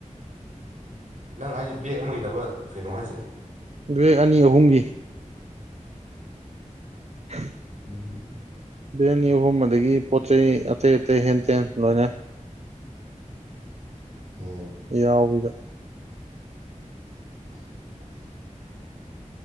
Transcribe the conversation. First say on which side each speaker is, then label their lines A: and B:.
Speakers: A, on the right (about 75°); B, on the right (about 55°).
A: ꯅꯪ ꯍꯥꯏꯁꯦ ꯕꯦꯛ ꯑꯃꯒꯤꯗꯅꯕ ꯀꯩꯅꯣ ꯍꯥꯏꯁꯦ
B: ꯒ꯭ꯔ‌ꯦ ꯑꯅꯤ ꯑꯍꯨꯝꯒꯤ ꯍ
A: ꯎꯝ
B: ꯕꯦꯛ ꯑꯅꯤ ꯑꯍꯨꯝ ꯑꯗꯒꯤ ꯄꯣꯠ ꯆꯩ ꯑꯇꯩ ꯑꯇꯩ ꯍꯦꯟ ꯇꯦꯟ ꯂꯣꯏꯅ
A: ꯑꯣ
B: ꯌꯥꯎꯕꯤꯗ
A: <unintelligible>